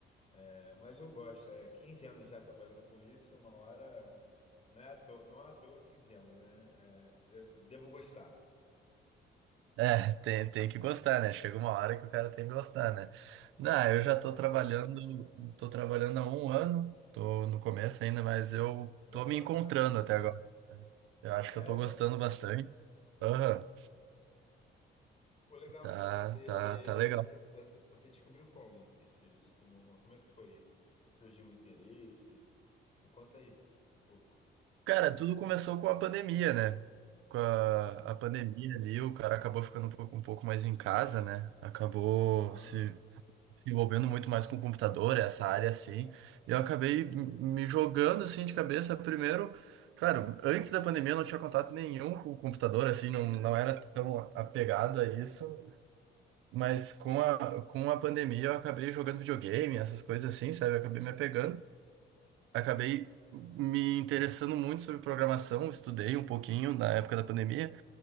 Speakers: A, on the left; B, on the right.
A: É, mas eu gosto, é 15 anos já trabalhando com isso, uma hora. Não é à toa, não é à toa 15 anos, né? É, de- devo gostar.
B: É, tem, tem que gostar, né? Chega uma hora que o cara tem que gostar, né?
A: Exato.
B: Não, eu já tô trabalhando, tô trabalhando há um ano, tô no começo ainda, mas eu
A: Legal,
B: tô me encontrando
A: cara.
B: até agora. Eu
A: Sério?
B: acho que eu tô gostando bastante. Aham,
A: Pô, legal.
B: tá,
A: Você,
B: tá, tá legal.
A: você, você você descobriu como esse, esse mundo? Como é que foi? Surgiu o interesse? Me conta aí um pouco.
B: Cara, tudo começou com a pandemia, né? Com a,
A: Ah,
B: a pandemia ali, o cara acabou ficando um pouco, um pouco mais em casa, né? Acabou
A: aham.
B: se envolvendo muito mais com o computador, essa área assim. E eu acabei m- me jogando assim de cabeça. Primeiro, claro, antes da pandemia eu não tinha contato nenhum com o computador, assim, não, não era tão apegado a isso. Mas com a, com a pandemia eu acabei jogando videogame, essas coisas assim, sabe? Eu acabei me apegando acabei me interessando muito sobre programação, estudei um pouquinho na época da pandemia,